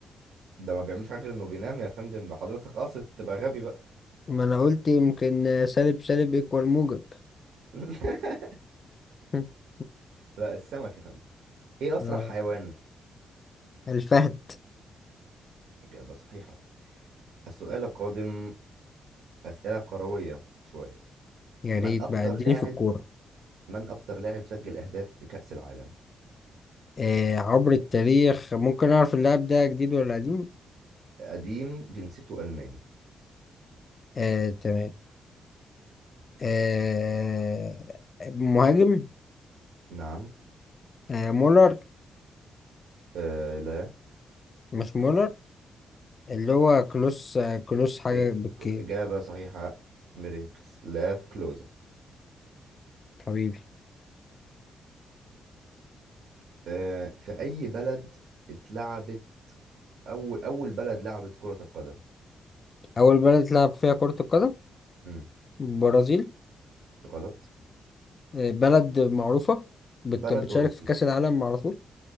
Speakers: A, on the right; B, on the left.
A: ده ما بيعملش حاجة غير انه بينام يا فندم حضرتك قاصد تبقى غبي بقى
B: ما انا قلت يمكن آه، سالب سالب يكوال موجب
A: <laughs>
B: <laughs>
A: لا السمك يا فندم ايه اسرع
B: اه
A: حيوان
B: الفهد
A: إجابة صحيحة السؤال القادم أسئلة كروية شوية
B: يا
A: من
B: ريت
A: أكتر
B: بقى اديني
A: لاعب
B: في الكورة
A: من أكتر لاعب سجل أهداف بكأس العالم
B: آه عبر التاريخ ممكن اعرف اللاعب ده جديد ولا قديم
A: قديم جنسيته ألماني
B: آه تمام آه مهاجم
A: نعم
B: آه مولر
A: آه لا
B: مش مولر اللي هو كلوس آه كلوس حاجة
A: إيه.
B: بالكي
A: إجابة صحيحة ميروسلاف كلوزا
B: حبيبي
A: آه في أي بلد اتلعبت أول أول بلد لعبت كرة القدم
B: أول بلد لعب فيها كرة القدم
A: مم.
B: البرازيل
A: غلط
B: آه، بلد معروفة بت-
A: بلد
B: بتشارك
A: أوروبي
B: في كأس العالم على طول